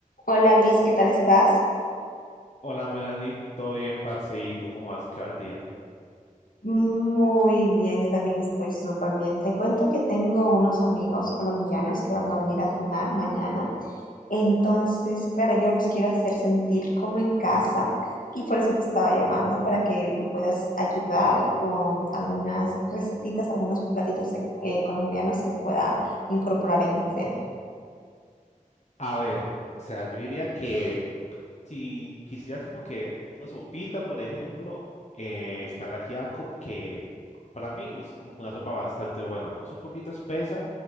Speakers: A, on the left; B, on the left.
A: Hola Luis, ¿qué tal estás?
B: Hola Melanie, ¿todo bien, parce? ¿Y tú cómo vas? ¿Qué va el día?
A: Muy bien, yo también estoy súper bien. Te cuento que tengo unos amigos colombianos que van a venir a cenar mañana. Entonces, claro, yo los quiero hacer sentir como en casa y por eso te estaba llamando para que me puedas ayudar con algunas recetitas, algunos platitos eh, colombianos que pueda incorporar en mi cena.
B: A ver, o sea, yo diría que si quisieras como que una sopita, por ejemplo, eh, está el ajiaco, que para mí es como que una sopa bastante buena. Es un poquito espesa,